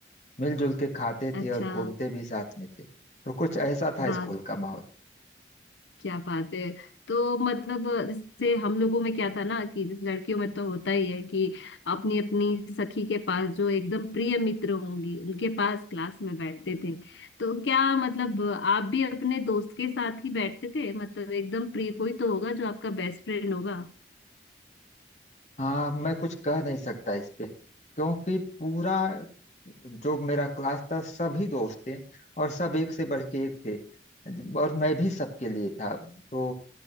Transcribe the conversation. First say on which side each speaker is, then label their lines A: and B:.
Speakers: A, on the left (about 40°); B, on the left (about 90°).
A: मिलजुल के खाते
B: अच्छा
A: थे और घूमते भी साथ में थे तो कुछ ऐसा था
B: वाह
A: स्कूल का माहौल
B: क्या बात है तो मतलब जैसे हम लोगों में क्या था ना कि जैसे लड़कियों में तो होता ही है कि अपनी अपनी सखी के पास जो एकदम प्रिय मित्र होंगी उनके पास क्लास में बैठते थे तो क्या मतलब आप भी अपने दोस्त के साथ ही बैठते थे मतलब एकदम प्रिय कोई तो होगा जो आपका बेस्ट फ्रेंड होगा
A: हाँ मैं कुछ कह नहीं सकता इस पे क्योंकि पूरा जो मेरा क्लास था सभी दोस्त थे और सब एक से बढ़ के एक थे और मैं भी सबके लिए था तो